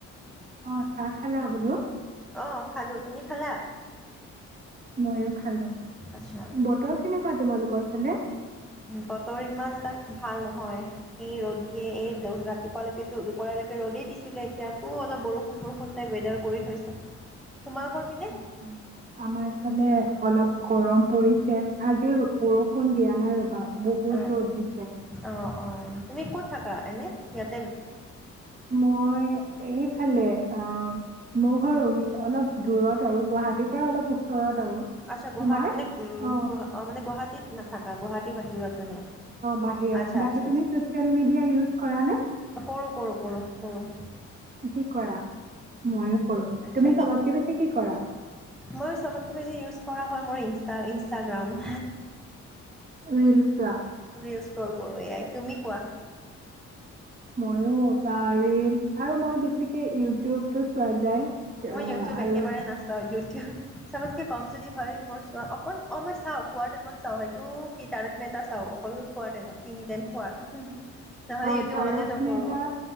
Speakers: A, on the right; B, in the centre.
A: অ চাহ খালা বোলো?
B: অ খালো তুমি খালা?
A: ময়ো খালো
B: আচ্ছা
A: বতৰ কেনেকুৱা তোমালোকৰ ফালে।
B: বতৰ ইমান এটা ভাল নহয়। এই ৰ'দ দিয়ে, এই ৰাতিপুৱা লৈকেতো দুপৰীয়ালৈকে ৰ'দেই দিছিলে। এতিয়া আকৌ অলপ বৰষুণ বৰষুণ টাইপ ৱেদাৰ কৰি থৈছে তোমালোকৰ? পিনে
A: আটচা আমাৰ ফালে অলপ গৰম পৰিছে আজিৰ বৰষূণ। ফোন দিয়া নাই ৰ'বা। বহুত
B: অ
A: ৰ'দ দিছে।
B: অ অ তুমি ক'ত থাকা এনে ইয়াতে?
A: মই এইফালে আ। মোৰ ঘৰ ৰুঙ অলপ দূৰত আৰু গুৱাহাটীৰ পৰা অলপ ওচৰত আৰু।
B: আচ্ছা
A: তোমাৰ?
B: গুৱাহাটী মানে উ
A: অ',
B: মানে গুৱাহাটীত নাথাকা গুৱাহাটীৰ বাহিৰত মানে?
A: বাহিৰত।
B: আচ্ছা
A: বাকী
B: আচ্ছা
A: তুমি ছ'চিয়েল মিডিয়া ইউজ কৰা নে?
B: কৰোঁ কৰোঁ কৰোঁ কৰোঁ।
A: কি কৰা? ময়ো কৰো,
B: আচ্ছা
A: তুমি
B: কি
A: চবতকে বেছি কি কৰা?
B: মই চবতকে বেছি ইউজ কৰা হয় মোৰ ইন ইনষ্টাগ্ৰাম।
A: <unintelligible>
B: ৰিলচ কল কৰো এয়াই তুমি কোৱা?
A: ময়ো আ ৰীলচ আৰু মই বেছিকে ইউটিউবটো চোৱা যায়। অ',
B: মই ইউটিউব
A: আৰু
B: একেবাৰে নাচাওঁ। ইউটিউব চবতকে কম যদি হয় মোৰ চোৱা অকল অ' মই চাওঁ খোৱাৰ টাইমত চাওঁ সেইটো টাৰক মেহতা চাও অকল খোৱাৰ টাইমত তিনি টাইম খোৱা। নহ'লে
A: অ'
B: ইউটিউব
A: তাৰাক
B: অনে নকৰোঁ
A: মেহতা,